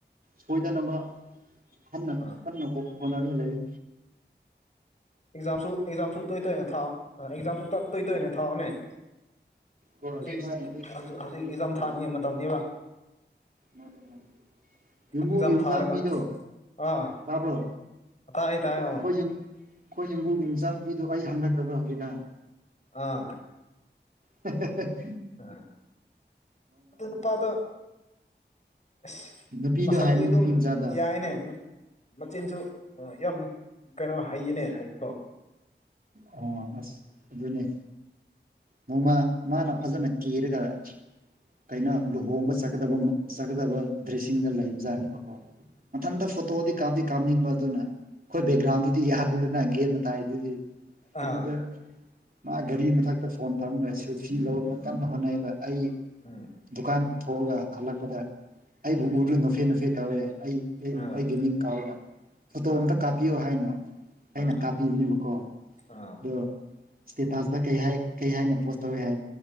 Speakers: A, on the right; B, on the left.
A: ꯁꯣꯏꯗꯅꯕ ꯈꯟꯅ
B: ꯑꯥ
A: ꯀꯟꯅ ꯍꯣꯠ ꯍꯣꯠꯅꯔꯒ ꯂꯩꯔꯤ
B: ꯑꯦꯛꯖꯥꯝꯁꯨ ꯑꯦꯛꯖꯥꯝꯁꯨ ꯇꯣꯏ ꯇꯣꯏꯅ ꯊꯥꯎ ꯑꯥ ꯑꯦꯛꯖꯥꯝꯁꯨ ꯇ ꯇꯣꯏ ꯇꯣꯏꯅꯦ ꯊꯥꯎꯅꯦ ꯏꯛ
A: ꯍꯣꯏ
B: ꯍꯧꯖꯤꯛ
A: ꯑꯗꯨꯃꯥꯏꯅꯗꯤ ꯈꯔ ꯈꯔꯗꯤ
B: ꯍꯧꯖꯤꯛ ꯏꯛꯖꯥꯝ
A: ꯇꯧꯕꯅꯤ
B: ꯊꯥꯅꯤꯡꯉꯩ ꯃꯇꯝꯅꯤꯕ
A: ꯃꯥꯅꯦ ꯃꯥꯅꯦ ꯌꯨꯝꯕꯨꯒꯤ
B: ꯑꯦꯛꯖꯥꯝ
A: ꯝꯆꯥ
B: ꯊꯥꯔꯒ
A: ꯅꯨꯄꯤꯗꯣ
B: ꯎꯝ ꯑꯥ
A: ꯇꯥꯕꯔꯣ
B: ꯇꯥꯏ ꯇꯥꯏ
A: ꯈꯣꯏ
B: ꯑꯣ
A: ꯈꯣꯏ ꯌꯨ ꯈꯣꯏ ꯌꯨꯝꯕꯨꯒꯤ ꯃꯤꯆꯥꯄꯤꯗꯨ ꯑꯩ ꯍꯪꯉꯛꯇꯕꯔꯥ ꯍꯧꯖꯤꯛꯀꯥꯟ
B: ꯑꯥ
A: ꯍꯦ ꯍꯦ ꯍꯦ
B: ꯑ ꯑꯗꯨꯏ ꯅꯨꯄꯥꯗꯣ ꯑꯁ
A: ꯅꯨꯄꯤꯗꯣ
B: ꯃꯁꯛꯇꯤ
A: ꯍꯥꯏꯕꯅꯤ
B: ꯑꯗꯨꯝ
A: ꯅꯨꯄꯤ ꯃꯆꯥꯗꯣ
B: ꯌꯥꯏꯅꯦ ꯃꯆꯤꯟꯁꯨ ꯑꯥ ꯌꯥꯝ ꯀꯩꯅꯣ ꯍꯩꯌꯦꯅꯦ ꯍꯥꯏꯗꯤꯀꯣ
A: ꯑꯣ ꯑꯁ ꯑꯗꯨꯅꯦ ꯅꯣꯡꯃ ꯃꯥꯅ ꯐꯖꯅ ꯀꯦꯔꯒ ꯀꯩꯅꯣ ꯂꯨꯍꯣꯡꯕ ꯆꯠꯀꯗꯕ ꯃ ꯆꯠꯀꯗꯕ ꯗ꯭ꯔꯦꯁꯁꯤꯡꯗ ꯂꯩꯕꯖꯥꯅꯤ ꯕꯀꯣ ꯃꯊꯟꯗ
B: ꯎꯝ
A: ꯐꯣꯇꯣꯗꯤ ꯀꯥꯞꯗꯤ ꯀꯥꯞꯅꯤꯡꯕ ꯑꯗꯨꯅ ꯈꯣꯏ ꯕꯦꯛꯒ꯭ꯔꯥꯎꯟꯗꯨꯗꯤ
B: ꯎꯝ
A: ꯌꯥ ꯗꯨꯗꯅ ꯒꯦꯠ ꯃꯇꯥꯏꯗꯨꯗꯤ
B: ꯑꯥ
A: ꯑꯗꯨꯗ ꯃꯥ ꯒꯥꯔꯤ ꯃꯊꯛꯇ ꯐꯣꯟ ꯊꯝꯒ ꯁꯦꯜꯐꯤ ꯂꯧꯔꯝꯅ ꯀꯟꯅ ꯍꯣꯠꯅꯩꯗ ꯑꯩ
B: ꯎꯝ
A: ꯗꯨꯀꯥꯟ ꯊꯣꯛꯑꯒ ꯍꯜꯂꯛꯄꯗ ꯑꯩꯕꯨ
B: ꯎꯝ
A: ꯎꯗꯨ ꯅꯣꯛꯐꯦ ꯅꯣꯛꯐꯦ ꯇꯧꯋꯦ ꯑꯩ ꯑꯩ
B: ꯑꯥ
A: ꯑꯩꯒꯤ ꯃꯤꯡ ꯀꯧꯔꯒ ꯐꯣꯇꯣ
B: ꯑꯥ
A: ꯑꯝꯇ ꯀꯥꯞꯄꯤꯌꯣ ꯍꯥꯏꯅ ꯑꯩꯅ
B: ꯑꯥ
A: ꯀꯥꯞꯄꯤꯕꯅꯦꯕꯀꯣ
B: ꯑꯥ
A: ꯗꯣ ꯏꯁꯇꯦꯇꯁꯇ ꯀꯩ ꯍꯥꯏ ꯀꯩ ꯍꯥꯏꯅ ꯄꯣꯁ ꯇꯧꯋꯦ ꯍꯥꯏ